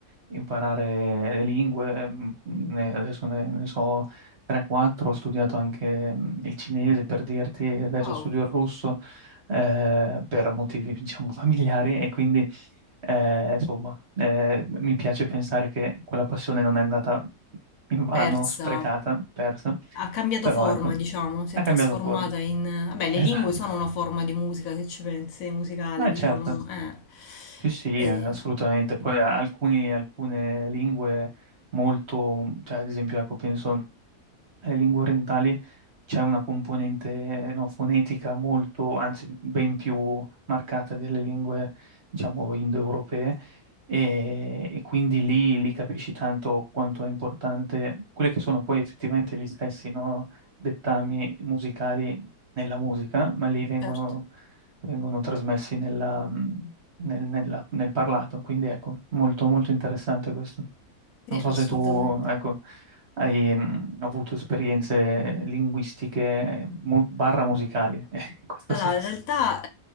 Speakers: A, on the right (about 45°); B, on the left (about 70°).
A: imparare le lingue, ehm, ne- adesso ne, ne so 3-4, ho studiato anche mm, il cinese per dirti, adesso
B: wow,
A: studio il russo eh, per motivi diciamo <laughs> familiari e quindi eh, insomma, eh, mi piace pensare che quella passione non è andata invano,
B: persa.
A: sprecata, persa,
B: Ha cambiato
A: però
B: forma,
A: ecco,
B: diciamo, si
A: ha
B: è trasformata
A: cambiato forma.
B: in... Vabbè, le
A: Esatto.
B: lingue sono una forma di musica, se ci pensi, musicale,
A: Ah,
B: diciamo.
A: certo.
B: eh.
A: Sì, sì,
B: E
A: eh, assolutamente. Poi a- alcuni- alcune lingue molto, cioè ad esempio, ecco, penso alle lingue orientali c'è una componente, no, fonetica molto, anzi ben più marcata delle lingue, diciamo, indoeuropee e, e quindi lì, lì capisci tanto quanto è importante quelli che sono poi effettivamente gli stessi, no, dettami musicali nella musica, ma lì vengono,
B: Certo,
A: vengono trasmessi nella- nel, nella- nel parlato, quindi ecco, molto, molto interessante questo.
B: sì,
A: Non so
B: assolutamente.
A: se tu, ecco. Hai mm, avuto esperienze linguistiche mu- barra musicali, <laughs> in questo
B: Allora,
A: senso.
B: in realtà,